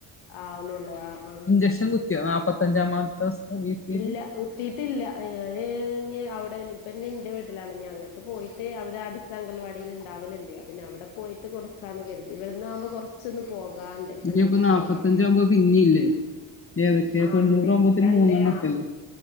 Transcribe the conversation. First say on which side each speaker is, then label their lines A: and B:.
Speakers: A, on the left; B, on the left.
A: ആവുന്നുള്ളൂ ആ ആ
B: ഇഞ്ചക്ഷൻ കുത്തിയോ നാപ്പത്തഞ്ചാമത്തെ ദിവസത്തെ ബി സി
A: ഇല്ല
B: ജി
A: കുയിത്തീട്ടില്ല ഇനി ഔട്ട്‌ പെൺ പെണ്ണിന്റെ വീട്ടിലാണ് ഞങ്ങക്കെ പോയിട്ട് അവിടെ അടുത്ത അങ്കൽവാടിയിൽ ഉണ്ടാവലുണ്ട് അപ്പ അവിടെ പോയിട്ട് ക്കാന്ന് കരുതി ഇവിടുന്നാകുമ്പോ കൊറച്ചൊന്നെ പോകാനിണ്ട് വണ്ടിക്ക്
B: ഇനിയിപ്പോ നാപ്പത്തഞ്ചാകുമ്പോ
A: പോകാം
B: പിന്നില്ലേ ഏതൊക്കെ
A: ആ
B: തൊണ്ണൂറാകുമ്പോത്തിന്
A: ഉണ്ടെ രണ്ടേ
B: മൂന്നെണ്ണൊക്കെല്ലേ
A: ആ